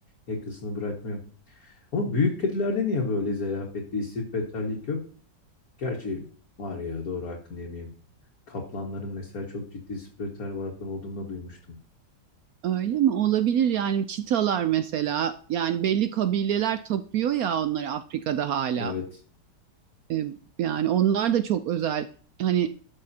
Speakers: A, on the left; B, on the right.
A: yakasını bırakmıyor. Ama büyük kedilerde niye böyle zerafetli, istifetallik yok? Gerçi var ya doğru hakkını yemeyeyim. Kaplanların mesela çok ciddi istifetal varlıkları olduğunu da duymuştum.
B: Öyle mi? Olabilir yani çitalar mesela. Yani belli kabileler tapıyor ya onları Afrika'da hala.
A: Evet,
B: E, yani onlar da çok özel. Hani